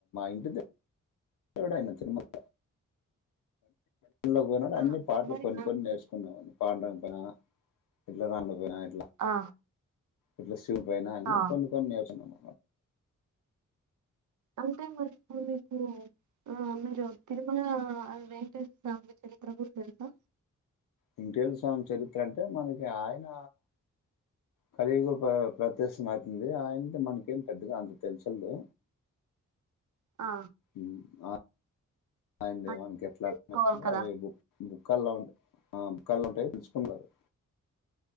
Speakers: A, on the left (about 75°); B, on the right (about 65°).
A: ఇంటి దేవుడైయిన తిరుమల లోకి పోయినాడు
B: ఆ
A: అన్ని పాటలు
B: మరి
A: కొన్ని
B: నా
A: కొన్ని నేర్చుకున్నాం పాడానికి తన వినాయక్
B: ఆ
A: ఇట్లస్ చూపోయినా అన్ని
B: ఆ!
A: కొన్ని కొన్ని నేర్చుకున్న
B: అంటే మరి వినాయకుడా ఆ మీరు తిరుమల వెంకటేశ్వర స్వామి చరిత్ర గురించి తెలుసా
A: వెంటేశ్వర స్వామి చరిత్ర అంటే మనకి ఆయన కలియుగ ప ప్రత్యక్షమౌవుతుంది ఆయనది మనకేం పెద్దగా అంత తెలుసిందే
B: ఆ
A: మ్మ్ ఆ ఆయనదే
B: అది
A: మకి ఎట్లా
B: తెలుసుకోవాలి కదా
A: అవి బుక్ బుక్ కళ్ళాంట్ ఆ కళ్ళు ఉంటాయి పిలుచుకుంటారు